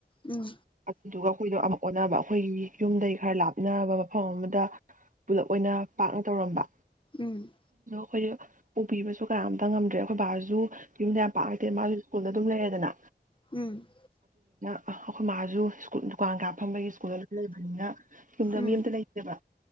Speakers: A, on the left; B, on the right.
A: ꯎꯝ
B: ꯑꯗꯨꯗꯨꯒ ꯑꯩꯈꯣꯏꯗꯣ ꯑꯃꯨꯛ ꯑꯣꯅꯕ ꯑꯈꯣꯏ ꯌꯨꯝꯗꯩꯩ ꯈꯔꯥ ꯂꯥꯞꯅꯕ ꯃꯥꯐꯝ ꯑꯃꯗ ꯄꯨꯂꯞ ꯑꯣꯏꯅ ꯄꯥꯛꯅ ꯇꯧꯔꯝꯕ
A: ꯎꯝ
B: <unintelligible> ꯄꯨꯄꯤꯕꯁꯨ ꯀꯅꯥꯝꯇ ꯉꯝꯗ꯭ꯔꯦ ꯑꯩꯈꯣꯏ ꯕꯥꯖꯨ ꯌꯨꯝꯗ ꯌꯥꯝ ꯄꯥꯛꯅ ꯂꯩꯇꯦ ꯃꯥꯁꯨ ꯁ꯭ꯀꯨꯜꯗ ꯑꯗꯨꯝ ꯂꯩꯔꯦꯗꯅ
A: ꯎꯝ
B: ꯑ ꯑꯩꯈꯣꯏ ꯃꯥꯁꯨ ꯁ꯭ꯀꯨꯜ ꯀꯥꯋꯥꯡ ꯀꯥ ꯐꯝꯕꯒꯤ ꯁ꯭ꯀꯨꯜꯗ ꯂꯣꯏꯟ ꯂꯩꯕꯅꯤꯅ ꯌꯨꯝꯗ
A: ꯎꯝ
B: ꯃꯤ ꯑꯝꯇ ꯂꯩꯇꯦꯕ